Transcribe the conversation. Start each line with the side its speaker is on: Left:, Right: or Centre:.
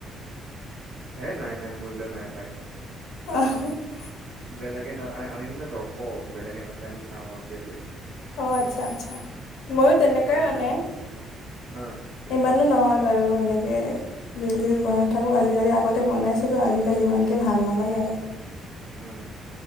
Right: হে নাই - নাই, মোৰ এইবিলাক নাই পাই',
Left: আ', -হা',
Right: বেলেগে না, আই', -আই', -আমি মানে দৰ্শক, বেলেগে নাচে আমি চাওঁ আৰু সেইটোৱে',
Left: অ', আচ্ছা- আচ্ছা, ময়ো তেনেকুৱাই
Right: আমি
Left: মানে',
Right: তো অ',
Left: ইমানো নহয় বাৰু এনেকে', ৰিল-চিল বনাই নাথাকোঁ আজিকালি, আগতে বনাইছিলোঁ। আজিকালি ইমানকে ভাল নালাগে আৰু।
Right: উম,